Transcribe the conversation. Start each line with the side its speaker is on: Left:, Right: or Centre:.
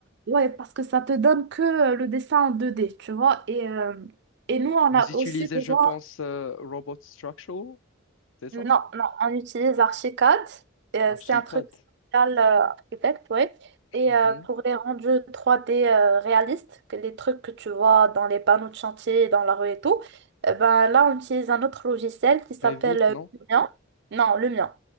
Right: ouais, parce que ça te donne que euh, le dessin en 2D, tu vois, et, euh, et nous, on
Left: Vous
Right: a
Left: utilisez,
Right: aussi besoin
Left: je pense, euh, Robot Structural, c'est ça?
Right: non, non, on utilise Archicad. Euh,
Left: Archicad.
Right: c'est un truc spécial euh, architecte, oui. Et
Left: Mhm.
Right: euh, pour les rendus trois d euh, réalistes, que les trucs que tu vois dans les panneaux de chantier, dans la rue et tout, euh, ben, là, on utilise un autre logiciel qui s'appelle
Left: Revit,
Right: euh,
Left: non?
Right: Lumion. Non, le mien.